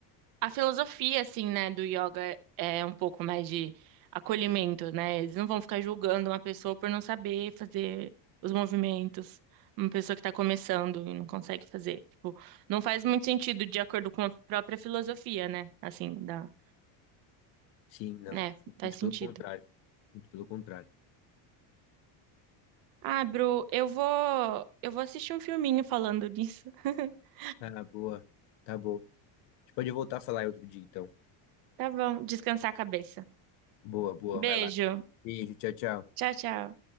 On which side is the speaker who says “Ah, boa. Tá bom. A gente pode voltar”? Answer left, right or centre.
Left